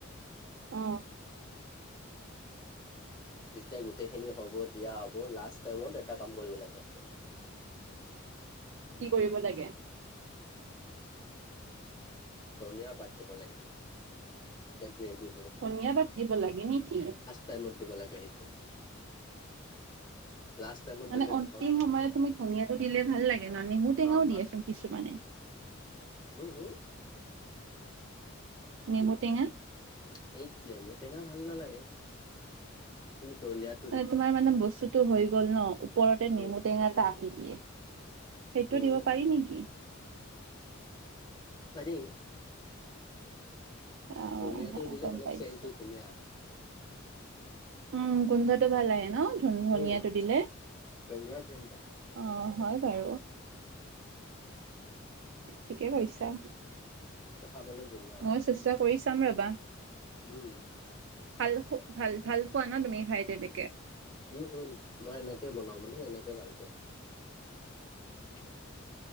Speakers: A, on the right; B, on the left.
A: অ।
B: যেতিয়া গোটেই খিনি হ'ব দিয়া হ'ব লাষ্ট টাইমত এটা কাম কৰিব লাগে।
A: কি কৰিব লাগে?
B: ধনীয়া পাত দিব লাগে তেতিয়া গ্ৰেভী
A: ধনীয়া পাত দিব লাগে নেকি।
B: টাইমত দিব লাগে সেইটো। লাষ্ট, টাইমত
A: মানে
B: দিলে
A: অন্তিম
B: বহুত
A: সময়ত তুমি ধুনিয়টো দিলে ভাল লাগে ন নেমু টেঙাও
B: অ
A: দিয়াচোন কিছুমানে।
B: হুম হুম <unintelligible>
A: নেমু টেঙা।
B: সেইটোৱে নেমু টেঙা ভাল নালাগে কিন্তু ধুনিয়াত।
A: মানে তোমাৰ মানে বস্তুটো হৈ গ'ল ন। ওপৰতে
B: উম
A: নেমু টেঙা এটা আটি দিয়ে সেইটো
B: উম
A: দিব পাৰি নেকি?
B: পাৰি।
A: অ
B: ধুনীয়া
A: হয়
B: টো দিলে
A: গম
B: মানে
A: পাইছো
B: চেনটো ধুনীয়া আহে।
A: উম, গোন্ধটো ভাল আহে ন ধন ধুনিয়া
B: উম
A: টো দিলে।
B: ধুনীয়া ধুনীয়া
A: অ, হয় বাৰু ঠিকে কৈছা?
B: দেখাবলে ধুনীয়া হয়
A: মই
B: ইয়াত
A: চেষ্টা কৰি চাম ৰবা।
B: উম।
A: ভাল হো ভাল ভাল পোৱা ন তুমি খাই তেনেকে?
B: উম, উম মই এনেকে বনাও মানে এনেকে ভাল পাওঁ। <unintelligible>